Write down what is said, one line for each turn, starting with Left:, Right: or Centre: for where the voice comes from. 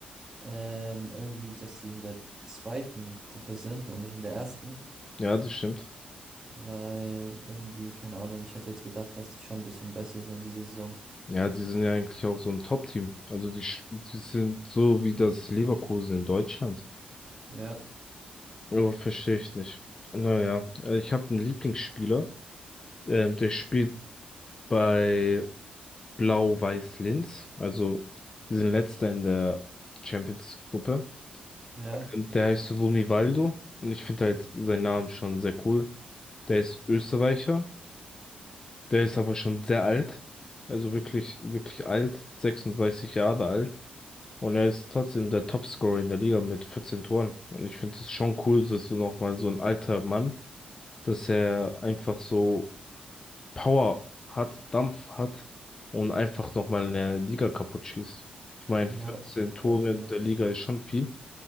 Right: ähm, irgendwie, dass sie in der zweiten Gruppe sind und nicht in der ersten,
Left: ja, das stimmt.
Right: weil irgendwie, keine Ahnung, ich hätte jetzt gedacht, dass die schon ein bisschen besser sind diese Saison.
Left: Ja, die sind ja eigentlich auch so ein Top-Team. Also die, sch- die sind so wie das Leverkusen in Deutschland.
Right: Ja,
Left: Aber verstehe ich nicht. Naja, äh, ich habe einen Lieblingsspieler, ähm, der spielt bei Blau-Weiß Linz. Also die sind letzter in der Champions-Gruppe.
Right: ja,
Left: Ähm, Der heißt Vunivaldo und ich finde halt seinen Namen schon sehr cool. Der ist Österreicher Der ist aber schon sehr alt. Also wirklich, wirklich alt. 36 Jahre alt. Und er ist trotzdem der Topscorer in der Liga mit 14 Toren. Und ich finde es schon cool, dass du nochmal so ein alter Mann, dass er einfach so Power hat, Dampf hat und einfach nochmal eine Liga kaputt schießt. Ich meine,
Right: ja.
Left: 14 Tore
Right: Also
Left: in
Right: mit,
Left: der Liga ist schon viel.